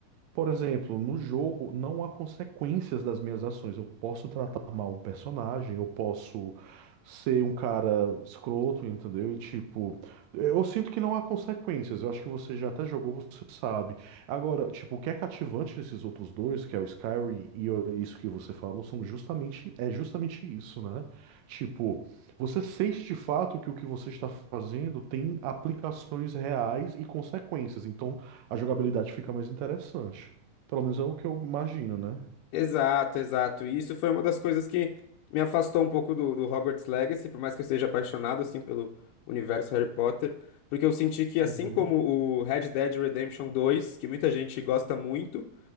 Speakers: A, on the right; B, on the left.
A: Por exemplo, no jogo não há consequências das minhas ações. Eu posso tratar mal um personagem, eu posso ser um cara escroto, entendeu? E tipo, eu sinto que não há consequências. Eu acho que você já até jogou, você sabe. Agora, tipo, o que é cativante nesses outros dois, que é o Skyrim e o- isso que você falou, são justamente é justamente isso, né? Tipo, você sente de fato que o que você está fazendo tem aplicações reais e consequências. Então, a jogabilidade fica mais interessante. Pelo menos é o que eu imagino, né?
B: Exato, exato. E isso foi uma das coisas que me afastou um pouco do, do Hogwarts Legacy, por mais que eu seja apaixonado assim pelo universo Harry Potter, porque eu senti que assim
A: Uhum,
B: como o Red Dead Redemption 2, que muita gente gosta muito,